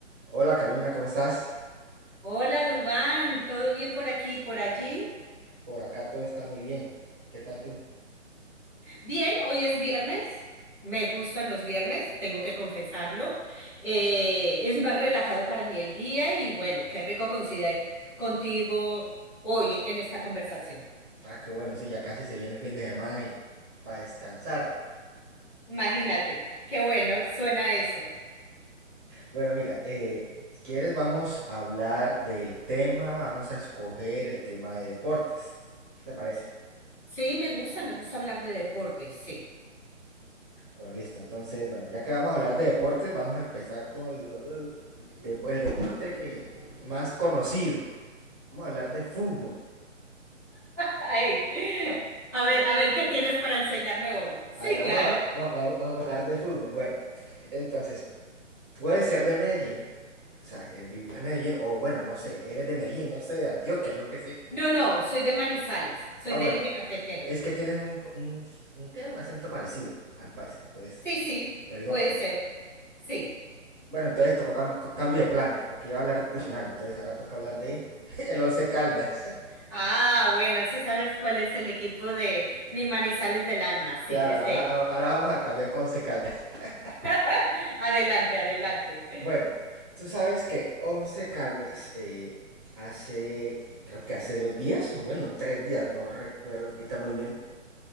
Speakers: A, on the right; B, in the centre.
A: Hola Carolina, ¿cómo estás?
B: Hola, Dubán, ¿todo bien por aquí y por allí?
A: Por acá todo está muy bien. ¿Qué tal tú?
B: Bien, hoy es viernes. Me gustan los viernes, tengo que confesarlo. Eh, es más relajado para mí el día y bueno, qué rico coincidir contigo hoy en esta conversación.
A: Ah, qué bueno, sí, ya casi se viene el fin de semana y para descansar.
B: Imagínate, qué bueno, suena eso.
A: Bueno, mira, eh, si quieres vamos a hablar del tema, vamos a escoger el tema de deportes. ¿Qué te parece?
B: Sí, me gusta, me gusta hablar de deportes, sí.
A: Bueno, listo. Entonces, bueno, ya que vamos a hablar de deportes, vamos a empezar con lo- el dep- el deporte que más conocido. Vamos a hablar de fútbol.
B: Ay, <laughs> A ver, a ver, ¿qué tienes para enseñarme hoy? Sí,
A: A ver, vamos
B: claro.
A: a, va- va- vamos a hablar de fútbol. Bueno, entonces, Puede ser de Medellín, o sea, eh, vivir en Medellín, o bueno, no sé, eres de Medellín, no sé, de Antioquia, yo qué sé.
B: No, no, soy de Manizales, soy
A: Ah,
B: del
A: bueno,
B: eje cafetero.
A: es que tienes un, un, un ¿qué? Un acento parecido al paisa, entonces,
B: Sí, sí,
A: lo digo
B: puede
A: por eso.
B: ser. Sí.
A: Bueno, entonces tocó cambi- co- cambio de planes, porque iba a hablar de Nacional, entonces ahora toca hablar de <laughs> el Once Caldas. <laughs>
B: Ah, bueno, sí sabes cuál es el equipo de Mi Manizales del Alma. Sí,
A: Claro,
B: ese
A: ahora, a-
B: es.
A: ahora vamos a cambiar para Once Caldas. <laughs>
B: <laughs> Adelante, adelante.
A: Bueno, tú sabes que Once Caldas eh, hace, creo que hace dos días, o bueno, tres días, no recuerdo ahorita muy bien,